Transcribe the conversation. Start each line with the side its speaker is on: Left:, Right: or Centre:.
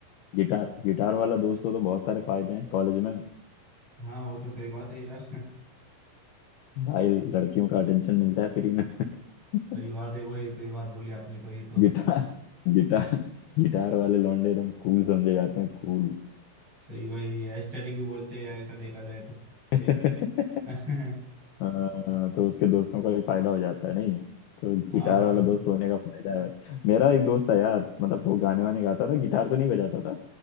Left: गिटार गिटार वाला दोस्त हो तो बहुत सारे फायदे हैं कॉलेज में
Right: हाँ वो तो सही बात है यार
Left: भाई लड़कियों का अटेंशन मिलता है फ्री में <laughs>
Right: <laughs> सही बात है वो ये सही बात बोली आपने तो ये तो
Left: गिटार गिटार गिटार वाले लौंडे एकदम कूल समझे जाते हैं कूल
Right: सही भाई एस्थेटिक भी बोलते हैं ऐसा देखा जाए तो
Left: <laughs>
Right: <laughs>
Left: हाँ, तो उसके दोस्तों का भी फायदा हो जाता है नहीं तो
Right: हाँ
Left: गिटार
Right: हाँ
Left: वाला दोस्त होने का फायदा है भाई मेरा एक दोस्त था यार मतलब वो गाने वाने गाता था गिटार तो नहीं बजाता था